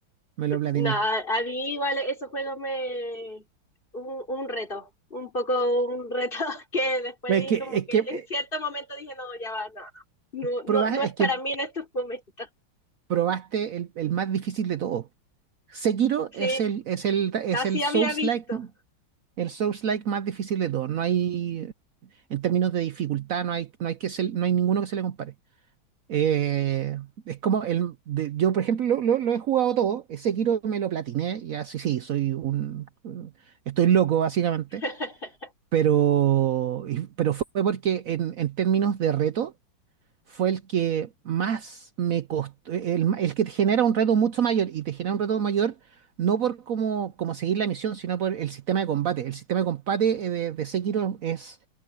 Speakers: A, on the right (about 80°); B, on the left (about 25°).
A: me lo platiné.
B: Nada, a mí igual esos juegos me... Un, un reto, un poco un reto <laughs> que después
A: Es
B: dije
A: que,
B: como
A: es
B: que
A: que,
B: en
A: eh,
B: cierto momento dije, no, ya va, no, no, no,
A: proba-
B: no, no es
A: es que
B: para mí en estos momentos.
A: probaste el, el más difícil de todo. Sekiro
B: Sí,
A: es el, es el, es
B: así
A: el
B: había
A: Souls-like,
B: visto.
A: el Souls-like más difícil de todo. No hay, en términos de dificultad, no hay, no hay que se- no hay ninguno que se le compare. Eh, es como el. de- yo, por ejemplo, lo, lo- lo he jugado todo. Ese Kiro me lo platiné. Y así sí, soy un. Estoy loco, básicamente.
B: <laughs>
A: Pero, y- pero fue porque, en, en términos de reto, fue el que más me costó. El, ma- el que te genera un reto mucho mayor. Y te genera un reto mayor, no por cómo, cómo seguir la misión, sino por el sistema de combate. El sistema de combate eh, de, de Sekiro es